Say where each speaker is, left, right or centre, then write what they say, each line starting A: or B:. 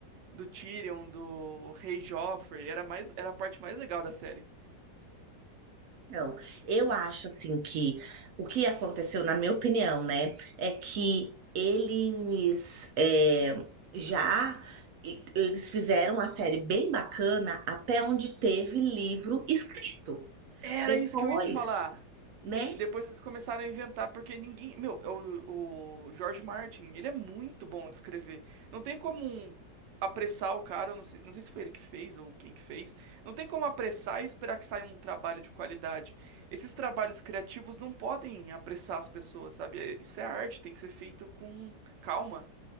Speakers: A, on the right; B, on the right.
A: do Tyrion, do Rei Joffrey, era mais, era a parte mais legal da série.
B: Então, eu acho assim que o que aconteceu, na minha opinião, né, é que eles é, já e- eles fizeram uma série bem bacana até onde teve livro escrito.
A: Era
B: Depois,
A: isso que eu ia te falar.
B: né?
A: Depois eles começaram a inventar, porque ninguém. Meu, é o, o George Martin, ele é muito bom de escrever. Não tem como um- apressar o cara, eu não sei, não sei se foi ele que fez ou quem que fez. Não tem como apressar e esperar que saia um trabalho de qualidade. Esses trabalhos criativos não podem apressar as pessoas, sabe? É- Isso é arte, tem que ser feito com calma.